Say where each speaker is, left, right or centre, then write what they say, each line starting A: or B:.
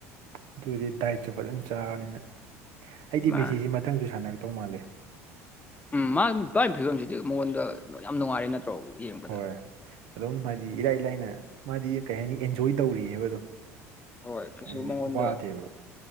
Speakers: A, on the right; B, on the left.
A: ꯑꯗꯨꯗꯤ ꯗꯥꯏꯠꯁꯨ ꯐꯖꯅ ꯆꯥꯔꯅꯤꯅ ꯑꯩꯗꯤ
B: ꯃꯥ
A: ꯃꯦꯁꯤꯁꯤ ꯈꯤꯇꯪ ꯖꯨ ꯁꯥꯟꯅꯔꯛꯇꯧ ꯃꯥꯂꯦ
B: ꯎꯝ ꯃꯥ ꯄꯥꯏꯕ ꯐꯤꯕꯝꯁꯤꯗꯤ ꯃꯉꯣꯟꯗ ꯌꯥꯝ ꯅꯨꯡꯉꯥꯏꯔꯦ ꯅꯠꯇ꯭ꯔꯦ ꯁꯣ ꯌꯦꯉꯣ
A: ꯍꯣꯏ ꯑꯗꯨꯝ ꯍꯥꯏꯗꯤ ꯏꯔꯥꯏ ꯂꯥꯏꯅ ꯃꯥꯗꯤ ꯀꯩ ꯍꯥꯏꯅꯤ ꯑꯦꯟꯖꯣꯏ ꯇꯧꯔꯤꯑꯕ ꯑꯗꯨꯝ
B: ꯍꯣꯏ ꯀꯩꯁꯨ
A: ꯍꯥꯏꯗꯤ
B: ꯃꯉꯣꯟꯗ
A: ꯋꯥꯗꯦꯕ